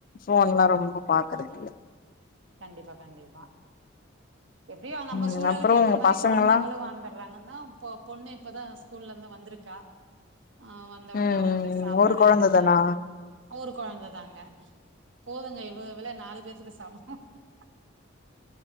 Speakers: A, on the left (about 45°); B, on the right (about 70°).
A: ஃபோன்லா ரொம்ப பாகுறதுல
B: கண்டிபா-கண்டிபா எப்டியோ நம்ம
A: ம்
B: சூழலுகு
A: அப்புறோ
B: ஏத்த
A: உங்க
B: மாரி
A: பசங்கல்லா
B: குழந்தைங்களு வாழ்ந்துறாங்கனா இப்போ பொன்ணு இப்பதா ஸ்கூலருந்து வந்திருக்கா ஆ வந்த உடனே
A: ம்
B: அவளுகு
A: ம்
B: சாபாடு
A: ஒரு கொழந்த
B: அந்த மா
A: தானா
B: ஒரு குழந்த தாங்க போதுங்க இவள இவிள நாலு பேதுக்கு சமோ அஹ